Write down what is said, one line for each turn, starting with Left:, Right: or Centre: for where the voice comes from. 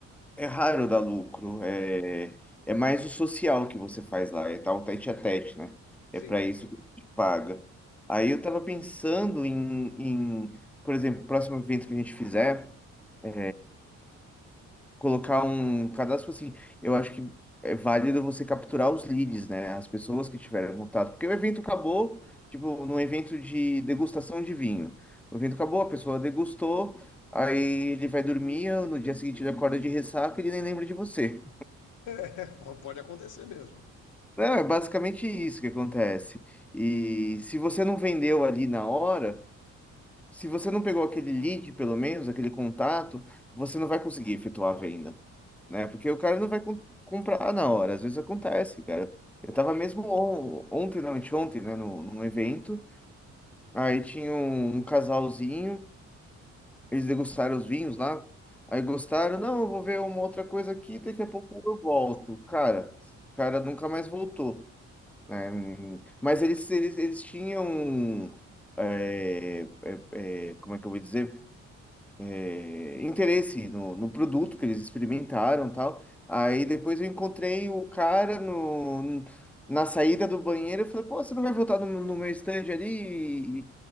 Centre: é raro dar lucro. É é mais o social que você faz lá, é tal tete a tete, né?
Left: sim.
Centre: É para isso que te paga. Aí eu tava pensando em, em, por exemplo, próximo evento que a gente fizer, é, colocar um cadastro assim. Eu acho que é válido você capturar os leads, né? As pessoas que tiveram contato. Porque o evento acabou, tipo, num evento de degustação de vinho. O evento acabou, a pessoa degustou, aí ele vai dormir, no dia seguinte ele acorda de ressaca e ele nem lembra de você.
Left: <laughs> Pode acontecer mesmo.
Centre: Não, é basicamente isso que acontece. E se você não vendeu ali na hora, se você não pegou aquele lead, pelo menos, aquele contato, você não vai conseguir efetuar a venda, né? Porque o cara não vai com- comprar na hora. Às vezes acontece, cara. Eu tava mesmo on- ontem, não, anteontem, né, num, num evento. Aí tinha um, um casalzinho, eles degustaram os vinhos lá. Aí gostaram, não, eu vou ver uma outra coisa aqui, daqui a pouco eu volto. Cara, o cara nunca mais voltou né? Hum, Mas eles, eles, eles tinham. é, é, é, como é que eu vou dizer? é, interesse no, no produto que eles experimentaram e tal. Aí depois eu encontrei o cara no, na saída do banheiro e falei, pô, você não vai voltar no, no meu stand ali e,